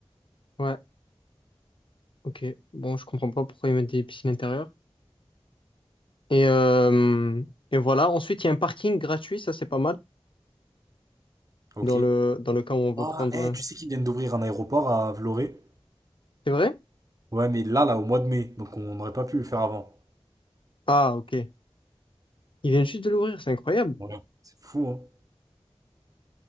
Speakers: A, on the left; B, on the right.
A: ouais, ok. Bon, je comprends pas pourquoi ils mettent des piscines intérieures. Et, euh, et voilà. Ensuite, il y a un parking gratuit. Ça, c'est pas mal
B: Ok.
A: dans le, dans le cas où on veut
B: Ah,
A: prendre.
B: eh, tu sais qu'ils viennent d'ouvrir un aéroport à Vloré?
A: C'est vrai?
B: Ouais, mais là, là, au mois de mai, donc on n'aurait pas pu le faire avant.
A: Ah, ok. Il vient juste de l'ouvrir, c'est incroyable.
B: Ouais, c'est fou, hein?